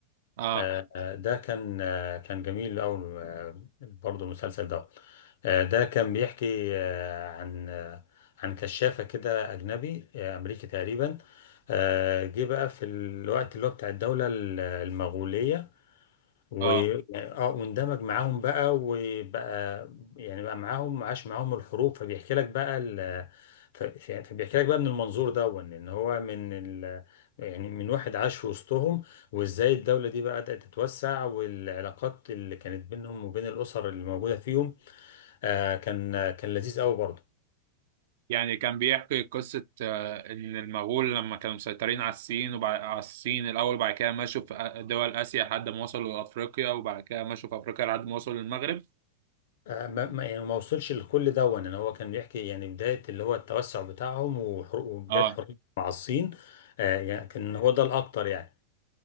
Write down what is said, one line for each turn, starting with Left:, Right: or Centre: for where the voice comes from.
Right: اه
Left: آه، آه، ده كان آه، كان جميل قوي برضه المسلسل ده آه، ده كان بيحكي آه، عن آه، عن كشافه كده اجنبي آه، امريكي تقريبا آه، جه بقى في الوقت اللي هو بتاع الدوله المغوليه واه
Right: اه
Left: واندمج معاهم بقى وبقى يعني بقى معاهم عاش معاهم الحروب فبيحكي لك بقى ال... ف- ف- فبيحكي لك بقى من المنظور ده وان إن هو من ال... يعني من واحد عاش في وسطهم وازاي الدولة دي بقى بدأت تتوسع والعلاقات اللي كانت بينهم وبين الأسر اللي موجودة فيهم آه كان كان لذيذ قوي برضه
Right: يعني كان بيحكي قصه آه، ان المغول لما كانوا مسيطرين على الصين وبعد على الصين الاول وبعد كده مشوا في آ- دول اسيا لحد ما وصلوا لافريقيا وبعد كده مشوا في افريقيا لحد ما وصلوا للمغرب
Left: آه ما ما- يعني ما وصلش لكل ده وان هو كان بيحكي يعني بداية اللي هو التوسع بتاعهم وحرو- وبداية
Right: اه
Left: حروب مع الصين آه يعني كان هو ده الأكتر يعني